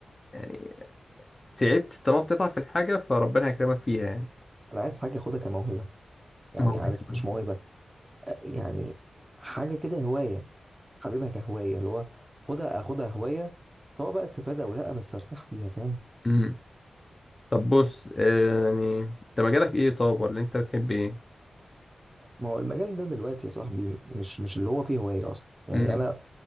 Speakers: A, on the left; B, on the right.
A: يعني تعبت طالما بتتعب في الحاجة فربنا هيكرمك فيها يعني
B: انا عايز حاجه اخدها كموهبه يعني
A: ما هو
B: عارف
A: كده.
B: مش موهبه يعني حاجه كده هوايه حبيبها كهوايه اللي هو خدها اخدها هوايه سواء بقى استفاده او لا بس ارتاح فيها فاهم
A: امم طب بص آه، يعني انت مجالك ايه طب ولا انت بتحب ايه
B: ما هو المجال ده دلوقتي يا صاحبي مش مش اللي هو فيه هوايه اصلا يعني
A: امم
B: انا